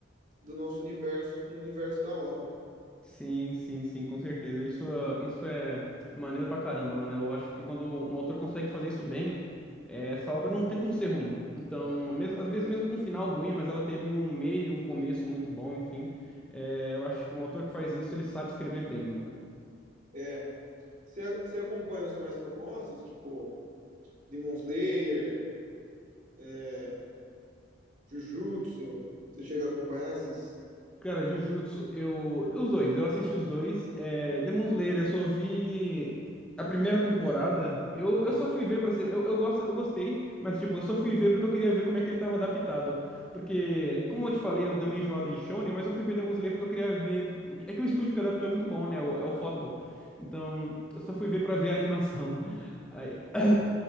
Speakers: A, on the right (about 40°); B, in the centre.
A: do nosso universo, no universo da obra.
B: sim, sim, sim, com certeza. Isso, é- isso é, é maneiro pra caramba, mano. Eu acho que quando um autor consegue fazer isso bem, é, essa obra não tem como ser ruim. Então, mesmo, às vezes mesmo com um final ruim, mas ela teve um meio, um começo muito bom, enfim. É, eu acho que um autor que faz isso, ele sabe escrever bem, mano.
A: É. Você, você acompanha os mais famosos, tipo Demon Slayer, é, Jujutsu? Você chega a acompanhar esses?
B: Cara, Jujutsu, eu. Os dois, eu assisti os dois. É, Demon Slayer, eu só vi a primeira temporada. Eu, eu só fui ver pra ser. Eu, eu, gosto, eu gostei, mas tipo, eu só fui ver porque eu queria ver como é que ele tava adaptado. Porque, como eu te falei, eu dei uma enjoada de Shonen, mas eu fui ver Demon Slayer porque eu queria ver. o que- É que o estúdio que adaptou é muito bom, né? o- É o Photable. Então, eu só fui ver pra ver a animação. <laughs>